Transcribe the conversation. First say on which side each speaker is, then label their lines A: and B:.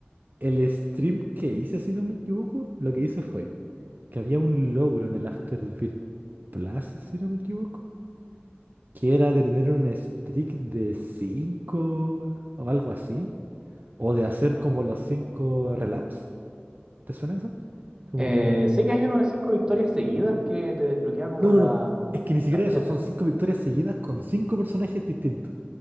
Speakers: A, on the right; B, on the right.
A: el stream que hice, si no me equivoco, lo que hice fue que había un logro en el Afterbirth Plus, si no me equivoco que era de tener un streak de 5 o algo así, o de hacer como los 5 relaps. ¿Te suena eso? Como
B: Eh,
A: que...
B: sé que hay unas cinco victorias seguidas que te desbloquea como
A: No, no,
B: la,
A: no, es que ni siquiera
B: las piedras.
A: eso, son 5 victorias seguidas con 5 personajes distintos.